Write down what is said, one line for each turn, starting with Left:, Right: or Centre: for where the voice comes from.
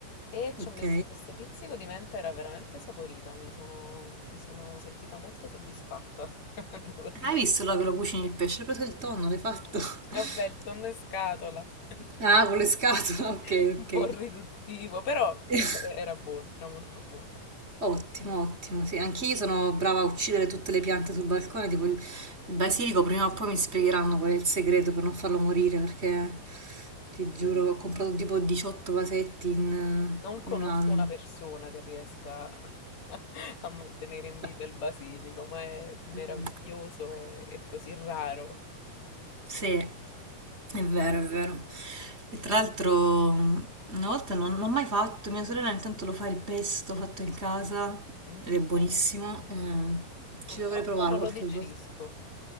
Left: e ci
Right: ok.
Left: ho messo questo pizzico di menta, era veramente saporita, mi sono, mi sono sentita molto soddisfatta, <laughs> devo dire.
Right: Hai visto là che lo cucini il pesce? Hai preso il tonno, l'hai fatto? <laughs>
Left: E vabbè, il tonno in scatola,
Right: Ah, con le scatole, <laughs> ok,
Left: <laughs> un
Right: ok.
Left: po' riduttivo, però
Right: <laughs>
Left: eh, era buono, era molto buono.
Right: Ottimo, ottimo. Sì, anch'io sono brava a uccidere tutte le piante sul balcone. Tipo il, il basilico, prima o poi mi spiegheranno qual è il segreto per non farlo
Left: No,
Right: morire. Perché ti
Left: incredibile.
Right: giuro, ho comprato tipo 18 vasetti in,
Left: Non conosco
Right: in un anno.
Left: una persona che riesca a <laughs> a mantenere in
Right: Cioè,
Left: vita il basilico, ma è meraviglioso
Right: mamma-
Left: e è così raro.
Right: Sì, è vero, è vero. E tra l'altro, mh, una volta non, non ho mai fatto. Mia sorella intanto lo fa il pesto fatto in casa
Left: Mm,
Right: ed è buonissimo.
Left: buono.
Right: eh, ci
Left: Purtroppo
Right: dovrei provare
Left: non
Right: qualche
Left: lo digerisco.
Right: volta.